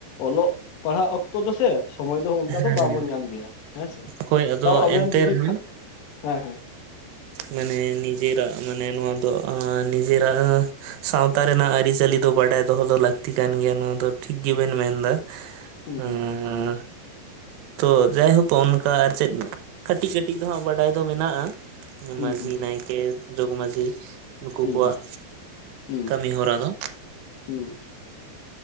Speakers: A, on the left; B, on the right.
A: ᱚᱞᱚᱜ ᱯᱟᱲᱦᱟᱜ ᱚᱠᱛᱚ ᱫᱚᱥᱮ ᱥᱚᱢᱚᱭ ᱫᱚ ᱚᱱᱠᱟ
B: ᱦᱮᱸ
A: ᱫᱚ ᱵᱟᱵᱚᱱ
B: ᱦᱮᱸ
A: ᱧᱟᱢ ᱜᱮᱭᱟ ᱦᱮᱸᱥᱮ᱾
B: ᱦᱳᱭ ᱟᱫᱚ
A: ᱛᱟᱣ ᱟᱵᱮᱱ
B: ᱮᱱᱛᱮ
A: ᱡᱩᱫᱤ
B: ᱨᱮᱦᱚᱸ
A: ᱦᱮᱸ ᱦᱮᱸ
B: ᱢᱟᱱᱮ ᱱᱤᱡᱮᱨᱟᱜ ᱢᱟᱱᱮ ᱱᱚᱣᱟ ᱫᱚ ᱱᱤᱡᱮᱨᱟᱜ ᱥᱟᱶᱛᱟ ᱨᱮᱱᱟᱜ ᱟᱹᱨᱤᱪᱟᱹᱞᱤ ᱫᱚ ᱵᱟᱰᱟᱭ ᱫᱚᱦᱚ ᱫᱚ ᱞᱟᱹᱠᱛᱤ ᱠᱟᱱ ᱜᱮᱭᱟ ᱱᱚᱣᱟ ᱫᱚ ᱴᱷᱤᱠ ᱜᱮᱵᱮᱱ ᱢᱮᱱᱫᱟ᱾
A: ᱦᱩᱸ ᱦᱩᱸ
B: ᱮᱸ ᱛᱚ ᱡᱟᱭᱦᱳᱠ ᱚᱱᱠᱟ ᱟᱨ ᱪᱮᱫ ᱠᱟᱹᱴᱤᱡᱼ ᱠᱟᱹᱴᱤᱡ ᱫᱚ ᱦᱟᱸᱜ ᱵᱟᱰᱟᱭ ᱫᱚ ᱢᱮᱱᱟᱜᱼᱟ᱾
A: ᱦᱩᱸ
B: ᱢᱟᱺᱡᱷᱤ,
A: ᱦᱩᱸ
B: ᱱᱟᱭᱠᱮ, ᱡᱚᱜᱽ ᱢᱟᱡᱷᱤ ᱩᱱᱩᱠᱩ ᱠᱚᱣᱟᱜ
A: ᱦᱩᱸ ᱦᱩᱸ
B: ᱠᱟᱹᱢᱤ ᱦᱚᱨᱟ ᱫᱚ᱾
A: ᱦᱩᱸ